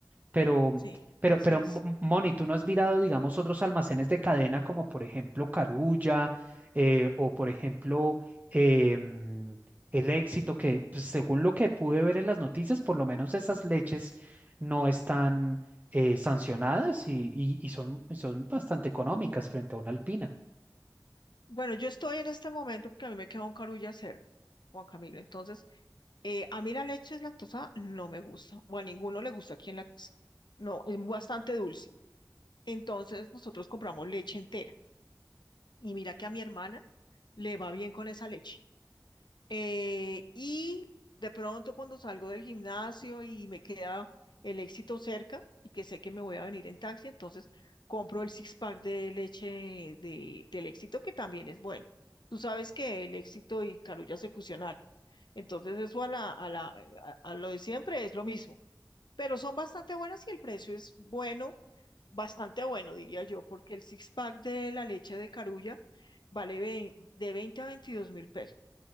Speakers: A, on the right (about 25°); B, on the left (about 85°).
A: pero,
B: sí,
A: pero,
B: así
A: pero,
B: es.
A: M- Moni, ¿tú no has mirado, digamos, otros almacenes de cadena como, por ejemplo, Carulla eh, o, por ejemplo, em, El Éxito, que pues, según lo que pude ver en las noticias, por lo menos esas leches no están eh, sancionadas y, y- y son, y son bastante económicas frente a una Alpina?
B: Bueno, yo estoy en este momento porque a mí me queda un carullo hacer. Juan Camilo. Entonces, eh, a mí la leche lactosa no me gusta, o a ninguno le gusta aquí en la casa. No, es bastante dulce. Entonces, nosotros compramos leche entera. Y mira que a mi hermana le va bien con esa leche. Eh, y de pronto cuando salgo del gimnasio y me queda el éxito cerca y que sé que me voy a venir en taxi, entonces compro el six pack de leche de, del éxito que también es bueno. Tú sabes que el éxito y Carulla se fusionaron. Entonces eso a la, a la, a, a lo de siempre es lo mismo. Pero son bastante buenas y el precio es bueno, bastante bueno, diría yo, porque el six pack de la leche de Carulla vale vein- de 20 a veintidós mil pesos